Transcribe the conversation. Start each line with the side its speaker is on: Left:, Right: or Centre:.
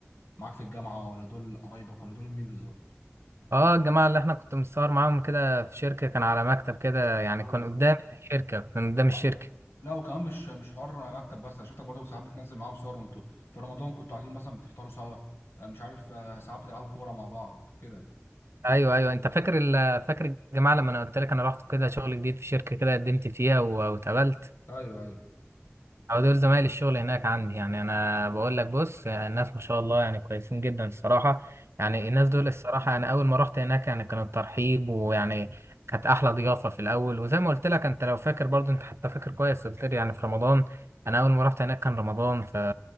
Left: معاك في الجامعه ولا دول قرايبك ولا دول مين بالظبط
Right: اه الجماعه اللي احنا كنت متصور معاهم كده في شركه كان على مكتب كده يعني
Left: ايوه
Right: كان قدام الشركه كان قدام الشركه
Left: أيوة. لا وكمان مش مش حوار مكتب بس انا شفتك برضه ساعات بتنزل معاهم صور وانتوا في رمضان كنتوا قاعدين مثلا بتفطروا سوا آه، مش عارف آه، ساعات بتلعبوا كوره مع بعض كده
Right: ايوه ايوه انت فاكر ال... فاكر الجماعه لما انا قلت لك انا رحت كده شغل جديد في شركه كده قدمت فيها و- واتقبلت
Left: ايوه ايوه
Right: او دول زمايل الشغل هناك عندي يعني انا بقول لك بص يعني الناس ما شاء الله يعني كويسين جدا الصراحه يعني الناس دول الصراحه يعني اول ما رحت هناك يعني كان الترحيب ويعني كانت احلى ضيافه في الاول وزي ما قلت لك انت لو فاكر برضو انت حتى فاكر كويس قلت لي يعني في رمضان انا اول ما رحت هناك كان رمضان ف